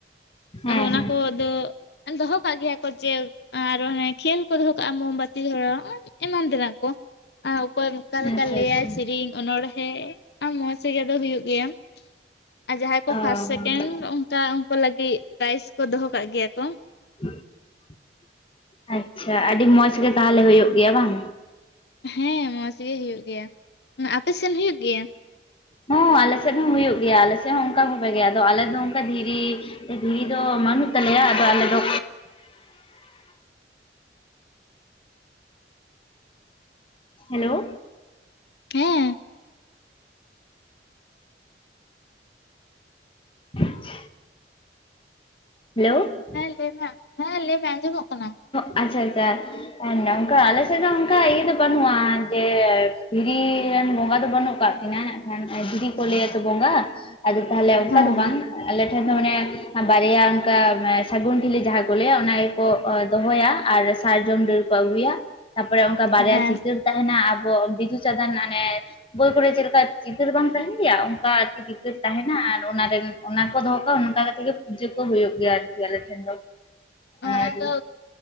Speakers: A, on the left; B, on the left.
A: ᱦᱮᱸ
B: ᱟᱫᱚ ᱚᱱᱟ
A: ᱦᱮᱸ
B: ᱠᱚ ᱫᱚ ᱮ ᱫᱚᱦᱚ ᱠᱟᱜ ᱜᱮᱭᱟ ᱠᱚ ᱡᱮ ᱟᱨ ᱚᱱᱮ ᱠᱷᱮᱞ ᱠᱚ ᱫᱚᱦᱚ ᱠᱟᱜᱼᱟ ᱢᱳᱢᱵᱟᱹᱛᱤ ᱫᱷᱚᱨᱟᱣ ᱟᱨ ᱮᱢᱟᱱ ᱛᱮᱱᱟᱜ ᱠᱚ᱾ ᱟᱨ ᱚᱠᱚᱭ ᱚᱠᱟ ᱞᱮᱠᱟ
A: ᱟᱪᱪᱷᱟ
B: ᱞᱟᱹᱭᱟᱭ
A: ᱟᱪᱪᱷᱟ
B: ᱥᱤᱨᱤᱧ ᱚᱱᱚᱬᱦᱮᱸᱫ ᱟ ᱢᱚᱸᱡᱽ ᱜᱮ ᱟᱫᱚ ᱦᱩᱭᱩᱜ ᱜᱮᱭᱟ᱾ ᱟᱨ ᱡᱟᱦᱟᱸᱭ ᱠᱚ
A: ᱚ
B: ᱯᱷᱟᱥᱴ ᱥᱮᱠᱮᱱᱰ ᱚᱱᱠᱟ ᱩᱱᱠᱩ ᱞᱟᱹᱜᱤᱫ ᱯᱨᱟᱭᱤᱡᱽ ᱠᱚ ᱫᱚᱦᱚ ᱠᱟᱜ ᱜᱮᱭᱟ ᱠᱚ᱾
A: <inaudible> ᱟᱪᱪᱷᱟ ᱟᱹᱰᱤ ᱢᱚᱸᱡᱷᱽ ᱜᱮᱤ ᱛᱟᱦᱚᱞᱮ ᱦᱩᱭᱩᱼᱜ ᱜᱮᱭᱟ ᱵᱟᱝ?
B: ᱦᱮᱸ ᱢᱚᱸᱡᱽᱜᱤ ᱦᱩᱭᱩᱜ ᱜᱮᱭᱟ᱾ ᱟᱯᱮᱮᱥᱮᱱ ᱦᱩᱭᱩᱜ ᱜᱮᱭᱟ
A: ᱦᱚᱸ ᱟᱞᱮ ᱥᱮᱫ ᱦᱚᱸ ᱦᱩᱭᱩᱼᱜ ᱜᱮᱭᱟ᱾ ᱟᱞᱮᱮᱥᱮᱫ ᱦᱚᱸ ᱚᱱᱠᱟ ᱵᱷᱽᱟᱜᱮ ᱜᱮ, ᱟᱫᱚ ᱟᱞᱮ ᱫᱚ ᱚᱱᱠᱟ ᱫᱷᱤᱨᱤ ᱫᱷᱽᱤᱨᱤ ᱫᱚ ᱵᱟᱹᱱᱩᱜ ᱛᱟᱞᱮᱭᱟ᱾ ᱟᱫᱚ ᱟᱞᱮ ᱫᱚ ᱦᱮᱞᱳ?
B: ᱦᱮᱸ
A: <inaudible> ᱦᱮᱞᱳ?
B: ᱦᱮᱸ ᱞᱟᱟᱹᱭᱢᱮ ᱾ᱦᱮᱸ ᱞᱟᱟᱹᱭᱢᱮ᱿ ᱟᱸᱡᱚᱢᱚᱜ ᱠᱟᱱᱟ᱾
A: ᱟᱪᱪᱷᱟ, ᱟᱪᱪᱷᱟ ᱦ ᱱᱚᱝᱠᱟ ᱟᱞᱮ ᱥᱮᱫ ᱫᱚ ᱚᱱᱠᱟ ᱤᱭᱟᱹ ᱫᱚ ᱵᱟᱹᱱᱩᱜᱼᱟ᱾ ᱡᱮ ᱫᱷᱽᱤᱨᱤ ᱨᱮᱱ ᱵᱚᱸᱜᱟ ᱫᱚ ᱵᱟᱹᱱᱩᱜ ᱠᱟᱜ ᱮᱱᱟ ᱱᱟᱜ ᱠᱷᱟᱱ ᱫᱷᱽᱤᱨᱤ ᱠᱚ ᱞᱟᱹᱭᱟ ᱛᱚ ᱵᱚᱸᱜᱟ᱾ ᱟᱫᱚ ᱛᱟᱦᱚᱞᱮ ᱚᱱᱠᱟ
B: ᱦᱮᱸ
A: ᱫᱚ ᱵᱟᱝ,
B: ᱦᱮᱸ ᱦᱮᱸ
A: ᱟᱞᱮ ᱴᱷᱮᱱ ᱫᱚ ᱢᱟᱱᱮ ᱵᱟᱨᱭᱟ ᱚᱱᱠᱟ ᱥᱟᱹᱜᱩᱱ ᱰᱷᱽᱤᱞᱤ ᱡᱟᱦᱟᱸ ᱠᱚ ᱞᱟᱹᱭᱟ᱾ ᱚᱱᱟ ᱜᱮᱠᱚ ᱫᱚᱦᱚᱭᱼᱟ᱾ ᱟᱨ ᱥᱟᱨᱡᱚᱢ ᱰᱟᱹᱨ ᱠᱚ ᱟᱹᱜᱩᱭᱟ᱾ ᱛᱟᱯᱚᱨᱮ ᱚᱱᱠᱟ ᱵᱟᱨᱭᱟ
B: ᱦᱮᱸ ᱦᱮᱸ
A: ᱪᱤᱛᱟᱹᱨ ᱛᱟᱦᱮᱱᱟ ᱾ ᱟᱵᱚ ᱵᱤᱫᱩᱼ ᱪᱟᱸᱫᱟᱱ ᱟᱱᱮ ᱵᱳᱭ ᱠᱚᱨᱮ ᱪᱮᱫ ᱞᱮᱠᱟ ᱪᱤᱛᱟᱹᱨ ᱵᱟᱝ ᱛᱟᱦᱮᱱ ᱜᱮᱭᱟ᱾ ᱚᱱᱠᱟ ᱟᱨᱠᱤ ᱪᱤᱛᱟᱹᱨ ᱛᱟᱦᱮᱱᱟ᱾ ᱚᱱᱟᱨᱮ ᱚᱱᱟ ᱠᱚ ᱫᱚᱦᱚᱸ ᱠᱟᱜᱼᱟ᱾ ᱚᱱᱠᱟ ᱠᱟᱛᱮ ᱜᱮ ᱯᱩᱡᱟᱹ ᱠᱚ ᱦᱩᱭᱩᱜ ᱜᱮᱭᱟ᱾ ᱟᱨᱠᱤ ᱟᱞᱮ ᱴᱷᱮᱱ ᱫᱚ ᱟᱨ
B: ᱚ ᱟᱫᱚ